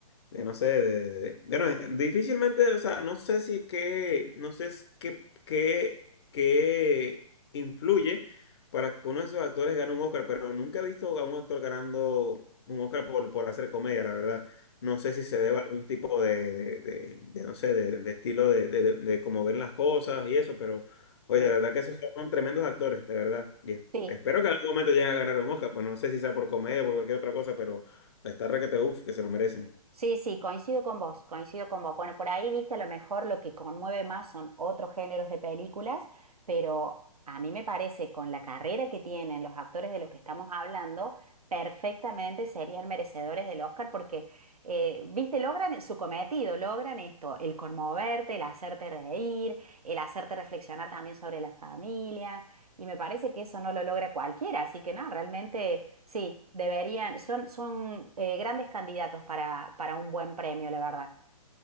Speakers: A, on the left; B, on the right.
A: de no sé, de, de- bueno, eh, difícilmente, o sea, no sé si qué, no sé es qué, qué, qué influye para que uno de esos actores gane un Oscar, pero nunca he visto a un actor ganando un Oscar por, por hacer comedia, la verdad. No sé si se debe a algún tipo de, de, de- de, no sé, de, de estilo de, de, de- de cómo ven las cosas y eso, pero, oye,
B: Sí,
A: de verdad que esos son tremendos actores, de verdad. Y es-
B: sí,
A: espero que en algún momento lleguen a ganar un Oscar, pues no sé si sea por comedia o por cualquier otra cosa, pero está requete, uff, que se lo merecen.
B: sí, sí, coincido con vos, coincido con vos. Bueno, por ahí viste a lo mejor lo que conmueve más son otros géneros de películas, pero a mí me parece con la carrera que tienen los actores de los que estamos hablando, perfectamente serían merecedores del Oscar porque, eh, viste, logran su cometido, logran esto, el conmoverte, el hacerte reír, el hacerte reflexionar también sobre la familia. Y me parece que eso no lo logra cualquiera, así que no, realmente sí, deberían, son, son eh, grandes candidatos para, para un buen premio, la verdad.